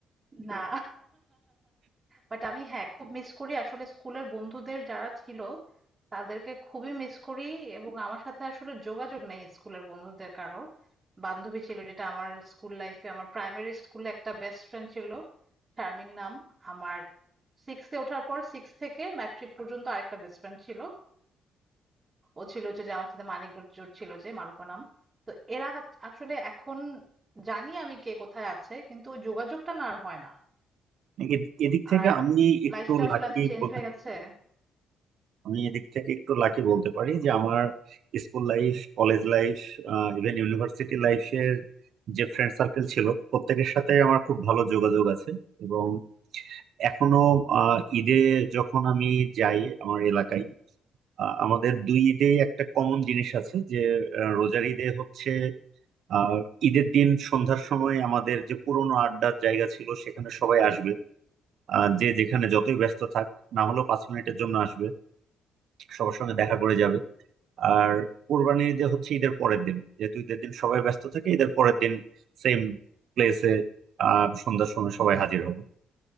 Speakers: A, on the right; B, on the right.
A: না বাট আমি হ্যাঁ খুব মিস করি আসলে স্কুলের বন্ধুদের যারা ছিল তাদেরকে খুবই মিস করি এবং আমার সাথে আসলে যোগাযোগ নেই স্কুলের বন্ধুদের কারো বান্ধবী ছিল যেটা আমার স্কুল লাইফে আমার প্রাইমারি স্কুলে একটা বেস্ট ফ্রেন্ড ছিল শারমিন নাম আমার সিক্সে ওঠার পর সিক্স থেকে ম্যাট্রিক পর্যন্ত আরেকটা বেস্ট ফ্রেন্ড ছিল ও ছিল হচ্ছে যে আমার সাথে মানিক বজুর ছিল যে মারুফা নাম তো এরা হাত- আসলে এখন জানি আমি কে কোথায় আছে কিন্তু ওই যোগাযোগটা না আর হয় না
B: এ- এদিক থেকে
A: আর
B: আমি একটু
A: লাইফটা আসলে
B: লাকি
A: এত চেঞ্জ
B: বলতে
A: হয়ে গেছে।
B: আমি এদিক থেকে একটু লাকি বলতে পারি যে আমার school life college life even university লাইফের যে ফ্রেন্ড সার্কেল ছিল প্রত্যেকের সাথে আমার খুব ভালো যোগাযোগ আছে এবং এখনো আহ, ঈদে যখন আমি যাই আমার এলাকায় আহ, আমাদের দুই ঈদেই একটা কমন জিনিস আছে যে আহ, রোজার ঈদে হচ্ছে আহ ঈদের দিন সন্ধ্যার সময় আমাদের যে পুরোনো আড্ডার জায়গা ছিল সেখানে সবাই আসবে আহ, যে যেখানে যতই ব্যস্ত থাক না হলেও পাঁচ মিনিটের জন্য আসবে সবার সঙ্গে দেখা করে যাবে আর কোরবানির ঈদে হচ্ছে ঈদের পরের দিন যেহেতু ঈদের দিন সবাই ব্যস্ত থাকে ঈদের পরের দিন সেম প্লেসে আহ সন্ধ্যার সময় সবাই হাজির হবে